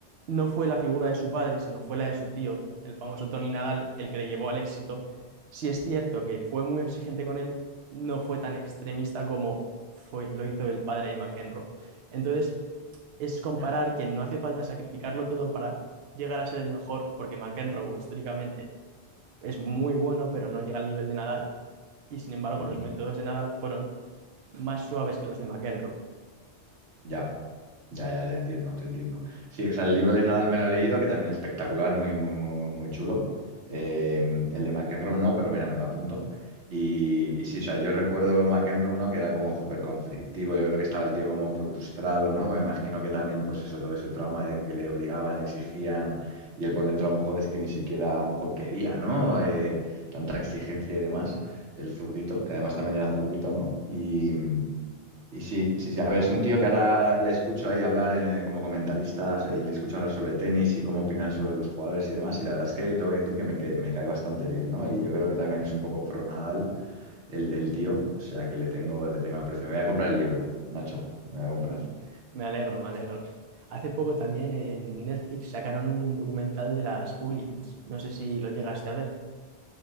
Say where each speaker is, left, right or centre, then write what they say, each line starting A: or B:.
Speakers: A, on the right (about 70°); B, on the right (about 80°).
A: no fue la figura de su padre, sino fue la de su tío, el famoso Tony Nadal, el que le llevó al éxito. Sí es cierto que fue muy exigente con él, no fue tan extremista como fue, lo hizo el padre de McEnroe. Entonces, es comparar
B: Ya.
A: que no hace falta sacrificarlo todo para llegar a ser el mejor, porque McEnroe históricamente es muy bueno, pero no llega al nivel de Nadal, y sin embargo
B: Ujú.
A: los métodos de Nadal fueron más suaves que los de McEnroe.
B: Ya. Ya, ya, te entiendo, te entiendo. Sí, o sea, el libro de Nadal me lo he leído, que también es espectacular, muy, muy, muy, muy muy chulo. Eh, el de McEnroe no, pero mira, me lo apunto. Y, y sí, o sea, yo recuerdo McEnroe no, que era como súper conflictivo, yo creo que estaba el tío como frustrado, ¿no? Me imagino que también, pues eso, todo ese trauma de que le obligaban, le exigían, y él por dentro a lo mejor es que ni siquiera a lo mejor quería, ¿no? Eh, tanta exigencia y demás, el zurdito, que además también era zurdito, ¿no? Y, y sí, sí, sí. A ver, es un tío que ahora le escucho ahí hablar en, eh, como comentarista y le escucho hablar sobre tenis y cómo opinar sobre los jugadores y demás. Y la verdad es que tengo que decir que me, que- me cae bastante bien, ¿no? Y yo creo que también es un poco pro Nadal el, el tío. O sea que le tengo, le tengo aprecio. Me voy a comprar el libro, Nacho. Me
A: <laughs>
B: voy a comprar.
A: Ujú. Me alegro, me alegro. Hace poco también en Netflix sacaron un documental de las Williams. No sé si lo llegaste a ver.